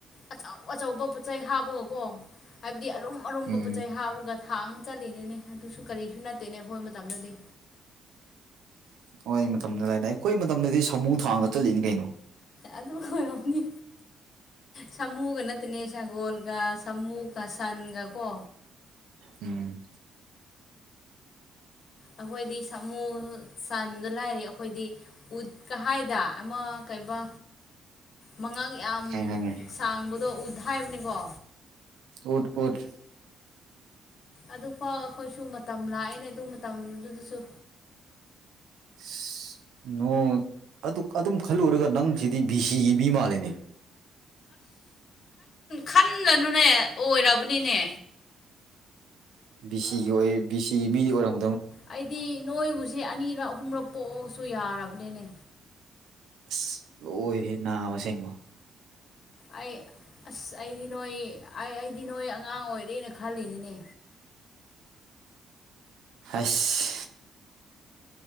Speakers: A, on the left; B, on the right.
A: ꯑꯆꯧ ꯑꯆꯧꯕ ꯄꯣꯠꯆꯩ ꯍꯥꯞꯄꯒꯀꯣ ꯍꯥꯏꯕ ꯗꯤ ꯑꯔꯨꯝ ꯑꯔꯨꯝꯕ
B: ꯎꯝ
A: ꯄꯣꯠꯆꯩ ꯍꯥꯞꯄꯒ ꯊꯥꯡꯉꯥ ꯆꯠꯂꯤꯅꯤꯅꯦ ꯑꯗꯨꯁꯨ ꯀꯔꯤꯁꯨ ꯅꯠꯇꯦꯅꯦ ꯑꯩꯈꯣꯏ ꯃꯇꯝꯗꯗꯤ
B: ꯃꯣꯏ ꯃꯇꯝꯗ ꯂꯩ ꯑꯩꯈꯣꯏ ꯃꯇꯝꯗꯗꯤ ꯁꯃꯨ ꯊꯥꯡꯒ ꯆꯠꯂꯤꯅꯤ ꯀꯩꯅꯣ
A: ꯑꯗꯨꯒ ꯍꯤꯍꯥ ꯑꯣꯏꯔꯝꯅꯤ ꯁꯥꯃꯨꯒꯅ ꯅꯦ ꯁꯒꯣꯜꯒ ꯁꯃꯨ ꯒ ꯁꯟꯒ ꯀꯣ
B: ꯎꯝ
A: ꯑꯩꯈꯣꯏꯗꯤ ꯁꯥꯃꯨ ꯁꯟꯗꯣ ꯂꯥꯏꯔꯤ ꯑꯩꯈꯣꯏꯗꯤ ꯎꯠ ꯀꯥ ꯍꯥꯏꯗ ꯑꯃ ꯀꯩꯕ
B: <inaudible>
A: ꯃꯉꯛ ꯌꯥꯝ
B: ꯈꯪꯉꯦ ꯈꯪꯉꯦ
A: ꯁꯥꯡꯕꯗꯣ ꯎꯠ ꯍꯥꯏꯕꯅꯤꯀꯣ
B: ꯎꯠ ꯎꯠ
A: ꯑꯗꯨꯐꯥꯎ ꯑꯩꯈꯣꯏꯁꯨ ꯃꯇꯝ ꯂꯥꯑꯦꯅꯦ ꯑꯗꯨ ꯃꯇꯝ ꯗꯨꯗꯁꯨ
B: ꯏꯁ ꯅꯣ ꯑꯗꯨ ꯑꯗꯨꯝ ꯈꯜꯂꯨꯔꯒ ꯅꯪꯁꯤꯗꯤ ꯕꯤ ꯁꯤ ꯒꯤ ꯃꯤ ꯃꯥꯜꯂꯦꯅꯦ
A: ꯈꯟꯂ ꯅꯨꯅꯦ ꯑꯣꯏꯔꯕꯅꯤꯅꯦ
B: ꯕꯤ ꯁꯤꯒꯤ ꯑꯣꯏ ꯕꯤ ꯁꯤꯒꯤ ꯃꯤꯗꯤ ꯑꯣꯏꯔꯝ
A: ꯑꯩꯗꯤ ꯅꯣꯏꯕꯨꯁꯦ ꯑꯅꯤꯔꯛ ꯑꯍꯨꯝꯔꯛ ꯄꯣꯛꯑꯁꯨ ꯌꯥꯔꯕꯅꯤꯅꯦ
B: ꯑꯁ ꯂꯣꯏꯔꯦ ꯍꯦ ꯅꯥꯕ ꯑꯁꯦꯡꯕ
A: ꯑꯩ ꯑꯁ ꯑꯩꯗꯤ ꯅꯣꯏ ꯑꯩꯗꯤ ꯅꯣꯏ ꯑꯉꯥꯡ ꯑꯣꯏꯔꯦꯅ ꯈꯜꯂꯤꯅꯤꯅꯦ
B: ꯍꯩꯁ